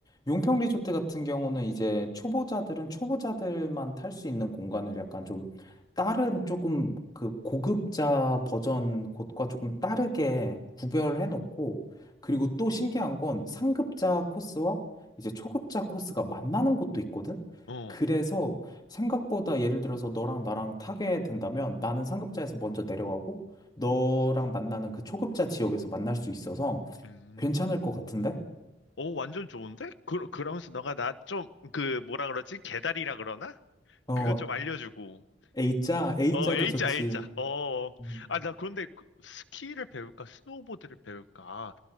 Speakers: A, on the left (about 20°); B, on the left (about 70°).
A: 용평 리조트 같은 경우는 이제 초보자들은 초보자들만 탈 수 있는 공간을 약간 좀 다른 조금 그 고급자 버전 곳과 조금 다르게 구별해 놓고, 그리고 또 신기한 건 상급자 코스와 이제 초급자 코스가 만나는 곳도 있거든?
B: 어,
A: 그래서 생각보다 예를 들어서 너랑 나랑 타게 된다면 나는 상급자에서 먼저 내려가고 너랑 만나는 그 초급자 지역에서 만날 수 있어서
B: 음.
A: 괜찮을 것 같은데?
B: 오, 완전 좋은데? 그, 그러면서 너가 나 좀, 그, 뭐라 그러지? 개다리라 그러나?
A: 어,
B: 그것 좀 알려주고.
A: A자,
B: 어,
A: A자도
B: 어, A자,
A: 좋지.
B: A자. 어, 어.
A: 음,
B: 아, 나 그런데 그 스키를 배울까? 스노우보드를 배울까?